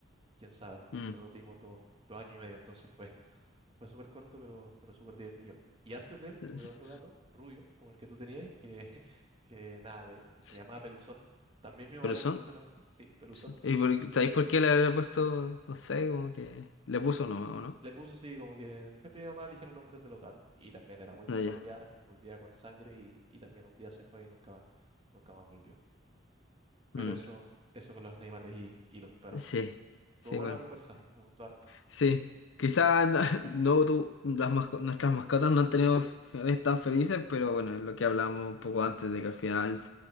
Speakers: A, on the right (about 30°); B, on the left (about 70°).
A: quién sabe,
B: mm.
A: y solo lo tuvimos dos, dos años y medio, entonces fue, fue súper corto, pero, pero súper divertido. Y antes de él tuve
B: Es-
A: otro gato, rubio, como el que tú tenías, que, <laughs> que nada, le-
B: es-
A: se llamaba Peluzón. También mi mamá
B: Pero
A: le
B: son,
A: puso ese nombre, sí, Peluzón.
B: sí. ¿Y por- ¿sabéis por qué le había puesto, no sé, como que le puso no, o no?
A: Le puso, sí, como que siempre mi mamá eligió los nombres de los gatos. Y también era muy bueno
B: Ah, ya.
A: para pelear, volvía con sangre y, y también un día se fue y nunca más, nunca más volvió. Pero
B: Mm.
A: eso, eso con los animales y, y los perros.
B: Sí,
A: Estuvo
B: sí,
A: buena
B: bueno.
A: la conversa, me gustó harto,
B: Sí, quizás no, <laughs> no tu- las masco- nuestras mascotas no han tenido finales tan felices, pero bueno, es lo que hablamos un poco antes de que al final